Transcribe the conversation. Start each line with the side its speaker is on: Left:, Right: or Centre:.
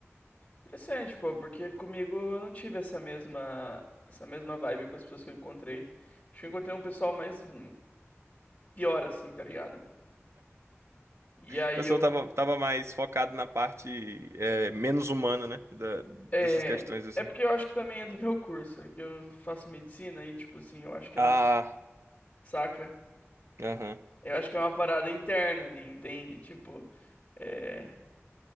Left: interessante, pô, porque comigo eu não tive essa mesma, essa mesma vibe com as pessoas que eu encontrei. Acho que eu encontrei um pessoal mais hum, pior assim, tá ligado? E aí
Right: O pessoal
Left: eu.
Right: tava, tava mais focado na parte, é, menos humana, né? da- dessas
Left: É,
Right: questões, assim.
Left: é porque eu acho que também é do meu curso, é que eu faço medicina e, tipo assim, eu acho que
Right: Ah,
Left: é do. Saca?
Right: aham.
Left: Eu acho que é uma parada interna ali, entende? Tipo. É.